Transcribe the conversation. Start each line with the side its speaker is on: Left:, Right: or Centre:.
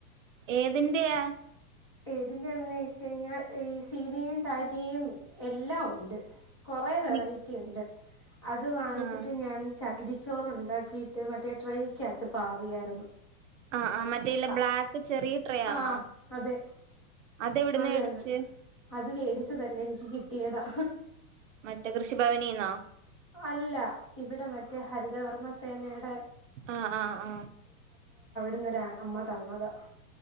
Right: ഏതിന്റെയാ
Left: ഏതിന്റെയാണെന്നു ചോദിച്ചു കഴിഞ്ഞാൽ ഈ <unintelligible> യും <unintelligible> യും എല്ലാം ഉണ്ട് കൊറേ വെറൈറ്റി
Right: ബി
Left: ഉണ്ട് <inaudible> അത് വാങ്ങിച്ചിട്ട്
Right: ആഹ്
Left: ഞാൻ ചകിരിച്ചോറുണ്ട ക്കീട്ട് മറ്റേ ട്രൈയിക്ക് അകത്ത് പാവിയായിരുന്നു
Right: ആ ആ മറ്റേ ഇല്ലാ
Left: ആ
Right: ബ്ലാക്ക് ചെറിയ ട്രെ ആന്നോ
Left: ആഹ് അതെ
Right: അതെവിടുന്നു
Left: അത്
Right: മേടിച്
Left: തന്നെ അത് വെടിച്ചതല്ല എനിക്ക് കിട്ടിയതാ
Right: മറ്റേ കൃഷിഭവനീന്നാ
Left: അല്ല ഇവിടെ മറ്റേ ഹരിതകർമ്മ സേനെടെ
Right: ആഹ് ആ ആ
Left: എന്നാരാ അമ്മ തന്നതാ